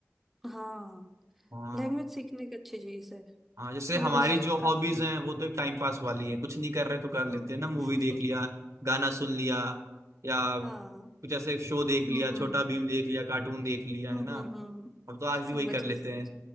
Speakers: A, in the centre; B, on the right.
A: हाँ
B: हाँ
A: लैंग्वेज सीखने की अच्छी चीज है
B: हाँ जैसे
A: मतलब
B: हमारी
A: इससे
B: जो हॉबीज
A: काफी
B: हैं वो तो एक टाइम पास वाली
A: हम्म
B: है कुछ नहीं कर रहे तो कर लेते
A: हम्म
B: हैं ना मूवी
A: <laughs>
B: देख लिया गाना सुन लिया या कुछ
A: हाँ
B: ऐसे शो
A: हम्म
B: देख लिया छोटा
A: हम्म
B: भीम देख लिया कार्टून देख लिया
A: हम्म
B: है ना
A: हम्म हम्म,
B: हम तो आज भी
A: समझ
B: वही कर लेते
A: गई समझ
B: हैं